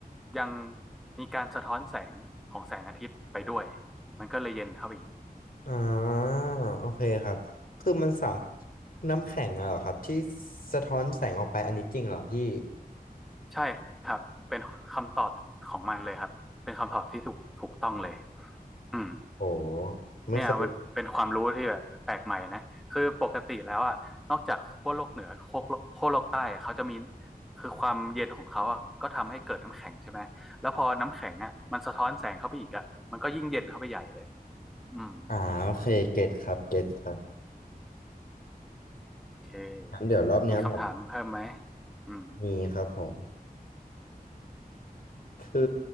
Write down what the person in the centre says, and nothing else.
ยังมีการสะท้อนแสงของแสงอาทิตย์ไปด้วยมันก็เลยเย็นเข้าไปอีก
ใช่ครับเป็นคำตอบของมันเลยครับเป็นคำตอบที่ถูกถูกต้องเลยอืม
เนี่ยมันเป็นความรู้ที่แบบแปลกใหม่นะคือปกติแล้วอ่ะนอกจากขั้วโลกเหนือขั้วโลกขั้วโลกใต้อะเขาจะมีคือความเย็นของเขาอ่ะก็ทำให้เกิดน้ำแข็งใช่ไหมแล้วพอน้ำแข็งอ่ะมันสะท้อนแสงเข้าไปอีกอ่ะมันก็ยิ่งเย็นเข้าไปใหญ่เลยอืม
โอเค
มีคำถามเพิ่มไหมอืม